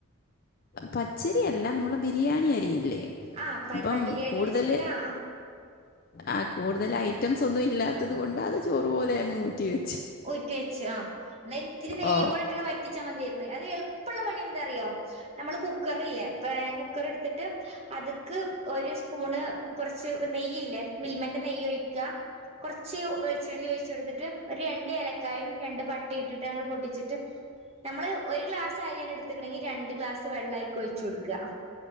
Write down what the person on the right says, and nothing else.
ആ പരിബ
ബിരിയാണി
വച്ചെങ്കില ആ
ഊറ്റി വെച്ചു ആ എന്ന ഇത്തിരി നെയ്യും
കൂടി ഇട്ടാണ് വറ്റിച്ചാ മതിയാ യി ണ് അത് എൾപ്പള്ള പണി എന്താ അറിയോ നമ്മള് കുക്കറ്ല്ലേ കുക്കർ എടുത്തിട്ട് അത്ക്ക് ഒരു സ്പൂണ് കുറച്ച് നെയ്യില്ലേ മിൽമന്റെ നെയ്യ് ഒഴിക്ക കൊർച്ച് വെളിച്ചെണ്ണ ഒഴിച്ചെടുത്തിട്ട് ട്ട് ഒരണ്ട് ഏലക്കായും രണ്ട് പട്ടേ ഇട്ടിട്ട് അങ്ങട്ട് പൊട്ടിച്ചിട്ട് നമ്മള് ഒരു ഗ്ലാസ് അരിയാണ് എടുത്ത്ക്ക്ണങ്കില് രണ്ട് ഗ്ലാസ് വെള്ള അയ്ക്ക് ഒഴിചൊട്ക്ക.